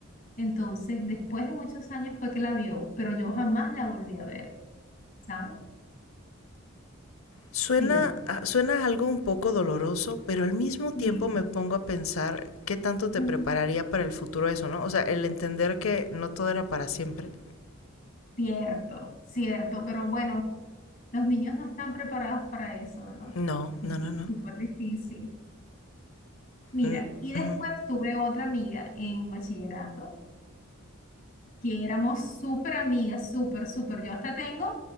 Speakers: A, on the left (about 40°); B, on the left (about 80°).
A: Entonces, después de muchos años fue que la vio, pero yo jamás la volví a ver, ¿sabes?
B: Suena,
A: Sí.
B: a- suena algo un poco doloroso, pero al mismo tiempo
A: Sí.
B: me pongo a pensar qué tanto te
A: <laughs> Ujú.
B: prepararía para el futuro eso, ¿no? O sea, el entender que no todo era para siempre.
A: Cierto, cierto, pero bueno, los niños no están preparados para eso, ¿verdad?
B: No,
A: Es
B: no, no, no.
A: súper difícil. Mira,
B: Mm,
A: y después
B: ujú.
A: tuve otra amiga en bachillerato, que éramos súper amigas, súper, súper. Yo hasta tengo